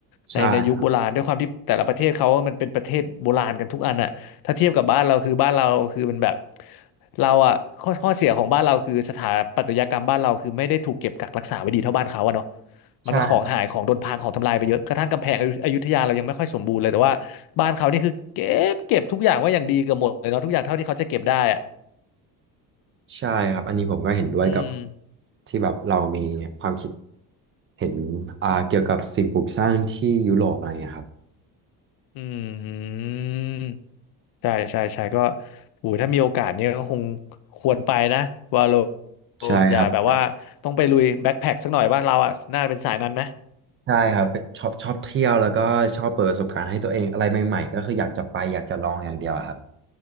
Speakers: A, on the right; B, on the left.
A: ใช่
B: ในในยุคโบราณด้วยความที่แต่ละประเทศเขามันเป็นประเทศโบราณกันทุกอันอะถ้าเทียบกับบ้านเราคือบ้านเราคือมันแบบเราอะข้อข้อเสียของบ้านเราคือสถาปัตยกรรมบ้านเราคือไม่ได้ถูกเก็บกักรักษาไว้ดีเท่าบ้านเขาอะเนาะ มันก็ของหายของโดนพังของทำลายไปเยอะกระทั่งกำแพงอยุอยุธยาเรายังไม่ค่อยสมบูรณ์เลย
A: ใช่
B: แต่ว่าบ้านเขานี่คือเก็บเก็บทุกอย่างไว้อย่างดีเกือบหมดเลยเนาะทุกอย่างเท่าที่เขาจะเก็บได้อ่ะ
A: ใช่ครับอันนี้ผมก็เห็นด้วยกับ
B: อืม
A: ที่แบบเรามีความคิดเห็นอ่าเกี่ยวกับสิ่งปลูกสร้างที่ยุโรปอะไรเงี้ยครับ
B: อืม ใช่ใช่ใช่ก็โอ้ยถ้ามีโอกาสเนี่ยก็คงควรไปนะวาโล
A: ใช่ครับ
B: อย่าแบบว่าต้องไปลุยแบ็คแพ็คสักหน่อยบ้านเราอ่ะน่าเป็นสายนั้นไหม
A: ใช่ครับเป็นชอบชอบเที่ยวแล้วก็ชอบเปิดประสบการณ์ให้ตัวเองอะไรใหม่ๆก็คืออยากจะไปอยากจะลองอย่างเดียวอะครับ